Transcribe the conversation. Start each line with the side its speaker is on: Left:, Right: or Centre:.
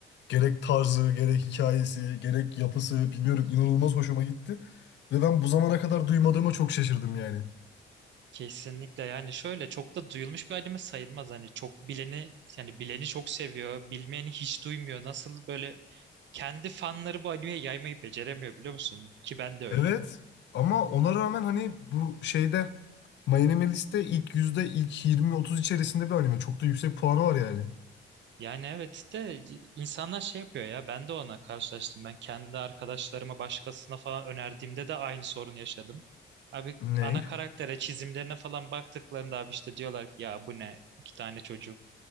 Left: gerek tarzı, gerek hikayesi, gerek yapısı bilmiyorum inanılmaz hoşuma gitti. Ve ben bu zamana kadar duymadığıma çok şaşırdım yani.
Right: Kesinlikle yani şöyle çok da duyulmuş bir anime sayılmaz. Hani çok bileni yani bileni çok seviyor, bilmeyeni hiç duymuyor. Nasıl böyle kendi fanları bu animeyi yaymayı beceremiyor biliyor musun? Ki ben de öyle.
Left: Evet ama ona rağmen hani bu şeyde My Anime List'te ilk yüzde ilk 20-30 içerisinde bir anime. Çok da yüksek puanı var yani.
Right: Yani evet de insanlar şey yapıyor ya ben de ona karşılaştım. Ben kendi arkadaşlarıma başkasına falan önerdiğimde de aynı sorunu yaşadım. Abi
Left: Ney?
Right: ana karaktere çizimlerine falan baktıklarında abi işte diyorlar ki ya bu ne iki tane çocuk